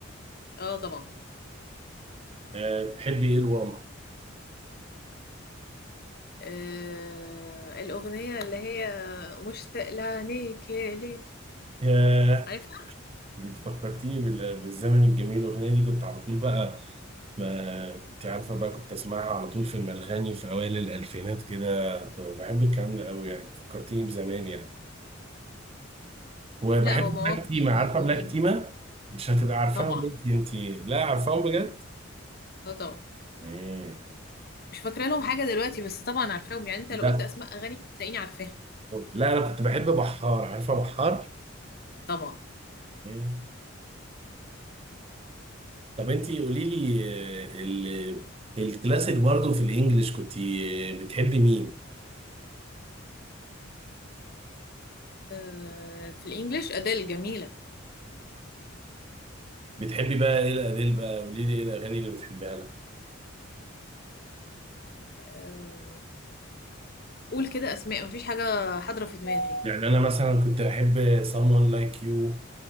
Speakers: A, on the left; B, on the right.
A: اه طبعا
B: آه، بتحبي ايه الواما
A: آه الأغنية اللي هي مشتاق لعينيك يا ليل
B: ياه
A: عارفها؟
B: بتفكرتيني بال- بالزمن الجميل الاغنيه دي كنت على طول بقى ما انت عارفه بقى كنت اسمعها على طول في المرغني في اوائل الالفينات كده طب بحب الكلام ده قوي يعني فكرتيني بزمان يعني وبحب
A: لا هو مواقف
B: بلاك تيما عارفه
A: جامدين
B: بلاك تيما مش هتبقى عارفاهم
A: طبعا
B: انت انت لا عارفاهم بجد
A: اه طبعا
B: مم.
A: مش فاكرة لهم حاجة دلوقتي بس طبعا عارفاهم يعني انت
B: لا
A: لو قلت اسماء اغاني هتلاقيني عارفاها
B: لا انا كنت بحب بحار عارفه بحار
A: طبعا
B: مم. طب انت قولي لي آه، ال- الكلاسيك برضو في الانجليش كنت بتحبي مين
A: آه، في الانجليش اديل جميله
B: بتحبي بقى ايه الاديل بقى قولي لي ايه الاغاني اللي بتحبيها لها
A: آه، قول كده اسماء مفيش حاجه حاضره في دماغي
B: يعني انا مثلا كنت احب someone like you